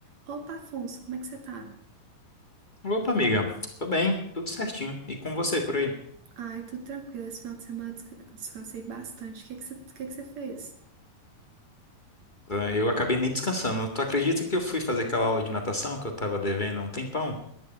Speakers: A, on the right; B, on the left.
A: Opa, Afonso, como é que você tá?
B: Opa, amiga. Tô bem, tudo certinho. E com você por aí?
A: Ai, tudo tranquilo. Esse final de semana eu desca- descansei bastante. O que é que você, o que é que você fez?
B: Ah, Eu acabei nem descansando. Tu acredita que eu fui fazer aquela aula de natação que eu tava devendo há um tempão?